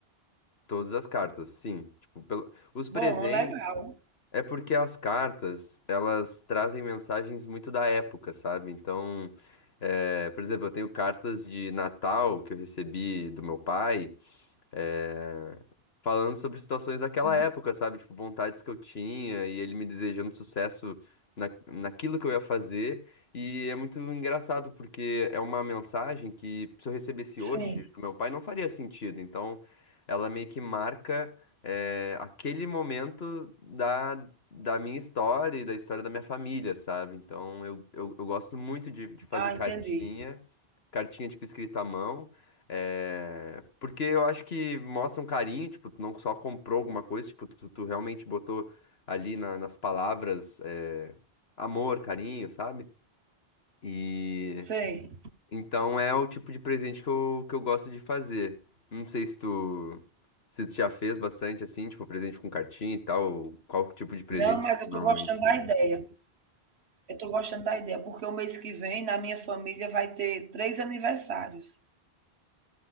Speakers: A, on the left; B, on the right.
A: Todas as cartas, sim. Tipo, pelo... Os presentes.
B: Bom, legal.
A: É porque as cartas, elas trazem mensagens muito da época, sabe? Então, é, por exemplo, eu tenho cartas de Natal que eu recebi do meu pai, é, falando sobre situações daquela
B: Sim.
A: época, sabe? Tipo, vontades que eu tinha e ele me desejando sucesso na, naquilo que eu ia fazer. E é muito engraçado, porque é uma mensagem que, se eu recebesse hoje
B: Sim.
A: do meu pai, não faria sentido. Então, ela meio que marca, é, aquele momento da. Da minha história e da história da minha família, sabe? Então, eu, eu, eu gosto muito de, de fazer
B: Ah,
A: cartinha,
B: entendi.
A: cartinha tipo escrita à mão. É, porque eu acho que mostra um carinho, tipo, tu não só comprou alguma coisa, tipo, tu, tu realmente botou ali na- nas palavras, é, amor, carinho, sabe? E
B: Sei.
A: então é o tipo de presente que eu, que eu gosto de fazer. Não sei se tu, se tu já fez bastante assim, tipo, presente com cartinha e tal, qual tipo de presente
B: Não, mas eu
A: normalmente.
B: estou gostando da ideia. Eu tô gostando da ideia, porque o mês que vem, na minha família, vai ter três aniversários.